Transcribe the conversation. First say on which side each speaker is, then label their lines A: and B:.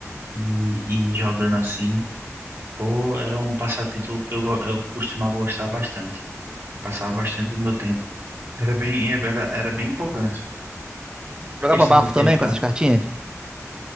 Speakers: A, on the right; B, on the right.
A: e, e jogando assim. Pô, era um passatempo que eu, go- eu costumava gostar bastante. Passava bastante do meu tempo. Era bem, era, era bem empolgante a
B: Jogava
A: questão
B: bafo
A: de ter
B: também
A: as cartas.
B: com essas cartinhas?